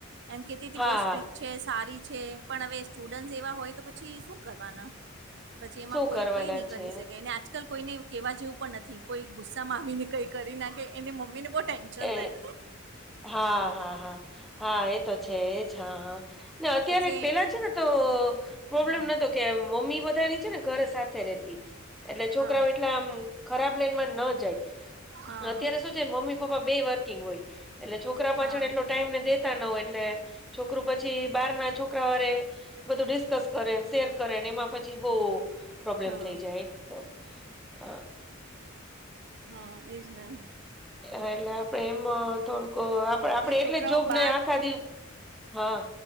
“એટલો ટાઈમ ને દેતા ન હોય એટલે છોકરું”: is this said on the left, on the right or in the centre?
Centre